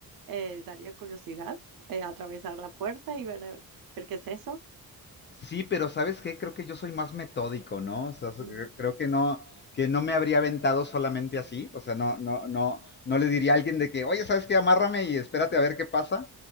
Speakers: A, on the right; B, on the left.
A: eh, daría curiosidad eh, atravesar la puerta y ver, ver qué es eso?
B: Sí, pero ¿sabes qué? Creo que yo soy más metódico, ¿no? O sea, so-
A: Mm.
B: cre- creo que no, que no me habría aventado solamente así. O sea, no, no, no, no le diría a alguien de que, oye, ¿sabes qué? Amárrame y espérate a ver qué pasa.